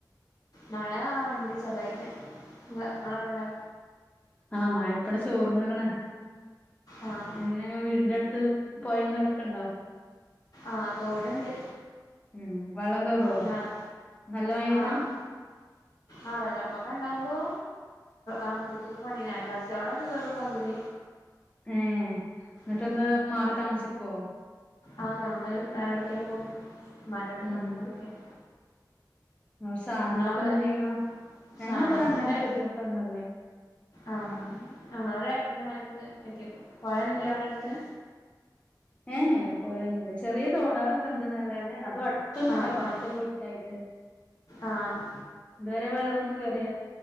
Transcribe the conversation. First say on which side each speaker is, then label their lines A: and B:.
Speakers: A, on the left; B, on the left.
A: മഴ ഉണ്ട് ചെർതായിട് ങ്ങളവിടെ ഉണ്ടാ.
B: ആ മഴ ഇപ്പങ്ങട്ട് ചോർന്ക്ക്ണ്
A: ആഹ്
B: എങ്ങനെ വീടിന്റെ അടുത്ത്. പോയീം തോടക്കണ്ടോ.
A: ആഹ് തോടുണ്ട്.
B: ഉം വള്ളംകറുവോ
A: ഇങ്ങളെ
B: നല്ല മഴയ്താ.
A: ആഹ് ആഹ് വെള്ളപ്പൊക്കണ്ടാവുമ്പോ. ആമുറ്റത്ത് ക്കൊക്കെ വന്നീനു അയൽവാസ ളോടൊക്കെ വെറും പകുതി.
B: ഏ എന്നിട്ട്
A: ഉം
B: എന്താ മാറി താമസിക്കുവോ.
A: ആഹ് ഞങ്ങള് വേറെ എവിടക്കേലും പോകും മ്മാന്റെ വീട്ടക്കൊ
B: ഉം
A: അങ്ങനെ എവിട്ക്കേലും.
B: ആഹ് സാധനങ്ങളൊക്കെ
A: ഇങ്ങളവിടെ
B: എന്ത് ചെയ്യുവ ഞങ്ങളവിടെ
A: സാധനങ്ങളൊക്കെ
B: അങ്ങനത്തെ
A: ഏറെ
B: ബുദ്ധിമുട്ടൊന്നുംല്ല.
A: ആഹ് ഞങ്ങള് റാക്കിന്റെ മേലക്ക് കയറ്റി വെക്കും പുഴയൊന്നുംല്ല അവിടെ എടുത്ത്.
B: ഏ പുഴന്നൂല്ല ചെറിയ തോടാളൊക്കെ ഉണ്ട് നല്ലാതെ. അതും അടുത്തൊന്നല്ല
A: ആഹ്
B: കൊറച്ചൊക്കെ
A: ആഹ്
B: വിട്ടായിട്ട്.
A: ആഹ്
B: ഇതുവരെ വെള്ളമൊന്നും കേറിയ